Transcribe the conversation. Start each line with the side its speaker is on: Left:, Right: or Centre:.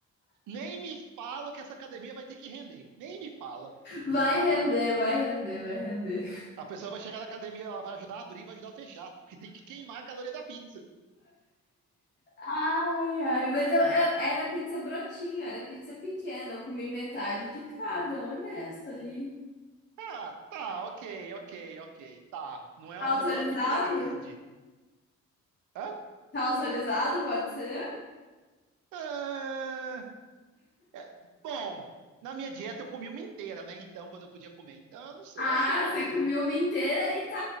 Right: Nem me fala que essa academia vai ter que render. Nem me fala.
Left: Vai render, vai render, vai render.
Right: A pessoa vai chegar na academia, ela vai ajudar a abrir, vai ajudar a fechar, porque tem que queimar a caloria da pizza.
Left: Ai, ai, mas eu, eu- era pizza brotinho, era pizza pequena. Eu comi metade de cada, honesto ali.
Right: Ah, tá, ok, ok, ok, tá. Não, é,
Left: Tá autorizado?
Right: não foi uma pizza grande. Hã?
Left: Tá autorizado? Pode ser?
Right: Ah, é. Bom, na minha dieta eu comi uma inteira, né? Então, quando eu podia comer. Então, eu não sei,
Left: Ah,
Right: eu acho que pode,
Left: você comeu
Right: né?
Left: uma inteira e tá